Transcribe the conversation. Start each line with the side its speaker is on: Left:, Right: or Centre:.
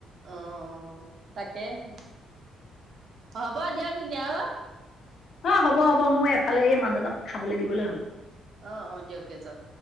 Right: অঁ তাকেহে হ'ব দিয়ক তেতিয়া অ
Left: অঁ হ'ব হ'ব মই এফালে এই মানুহজনক খাবলৈ দিবলৈ হ'ল।
Right: অঁ অঁ দিয়ক দিয়ক যাওক।